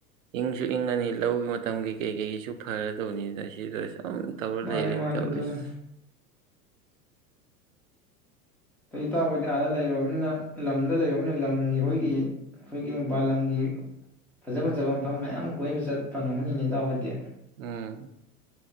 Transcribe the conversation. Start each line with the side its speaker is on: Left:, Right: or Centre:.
Right: ꯏꯪꯁꯨ ꯏꯪꯉꯅꯤ ꯂꯧꯒꯤ ꯃꯇꯝꯒꯤ ꯀꯩ ꯀꯩꯁꯨ ꯐꯥꯏꯔ ꯇꯧꯅꯤꯅ ꯁꯤꯗ ꯁꯨꯝ ꯇꯧꯔ
Centre: ꯃꯥꯅꯤ
Right: ꯂꯩꯔꯦꯅ
Centre: ꯃꯥꯅꯤ
Right: ꯇꯧꯔꯤꯁ
Centre: ꯑꯗꯨꯅꯤ ꯑ ꯏꯇꯥꯎꯈꯇꯥ ꯑꯥꯗ ꯂꯩꯔꯅꯤꯅ ꯂꯝꯗ ꯂꯩꯔꯅꯤꯅ ꯂꯝꯒꯤ ꯑꯩꯈꯣꯏꯒꯤ ꯑꯩꯈꯣꯏꯒꯤ ꯃꯄꯜ ꯂꯝꯒꯤ ꯐꯖ ꯐꯖꯕ ꯃꯐꯝ ꯃꯌꯥꯝ ꯀꯣꯏꯕ ꯆꯠ ꯐꯪ ꯑꯃꯅꯤꯅꯦꯇꯎ ꯑꯣꯏꯏꯗꯤ
Right: ꯎꯝ